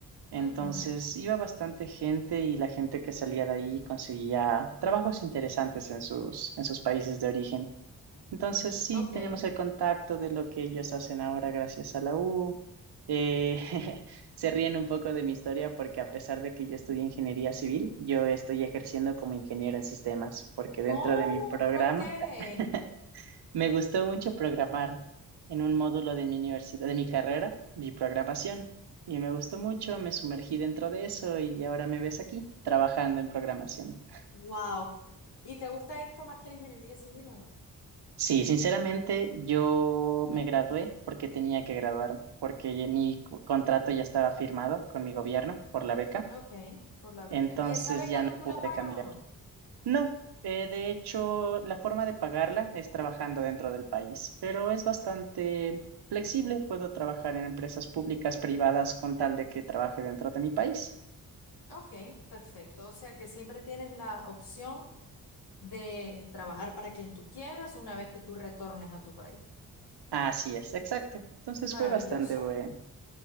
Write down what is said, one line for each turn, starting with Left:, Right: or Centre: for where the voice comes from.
Right: entonces
Left: Ujú,
Right: iba bastante gente y la gente que salía de ahí conseguía trabajos interesantes en sus, en sus países de origen. Entonces sí
Left: Ok.
Right: tenemos el contacto de lo que ellos hacen ahora gracias a la U. Eh, <laughs> se ríen un poco de mi historia porque a pesar de que yo estudié ingeniería civil, yo estoy ejerciendo como ingeniero en sistemas, porque
Left: ¿Cómo?
Right: dentro de mi programa
Left: ¿Por qué?
Right: <laughs> me gustó mucho programar en un módulo de mi universidad, de mi carrera, mi programación, y me gustó mucho, me sumergí dentro de eso y ahora me ves aquí trabajando en programación.
Left: Wow. ¿Y te gusta esto más que la ingeniería civil o no?
Right: Sí, sinceramente yo me gradué porque tenía que graduarme, porque ya mi co- contrato ya estaba firmado con mi gobierno por la beca,
Left: Ok, por la beca.
Right: entonces
Left: ¿Y esa beca
Right: ya no
Left: tú
Right: pude
Left: la pagas
Right: cambiar.
Left: o no?
Right: No, eh, de hecho la forma de pagarla es trabajando dentro del país, pero es bastante flexible, puedo trabajar en empresas públicas, privadas, con tal de que trabaje dentro de mi país.
Left: Ok, perfecto. O sea que siempre tienes la opción de trabajar para quien tú quieras una vez que tú retornes a tu país.
Right: Así es, exacto. Entonces
Left: Maravilloso.
Right: fue bastante bueno.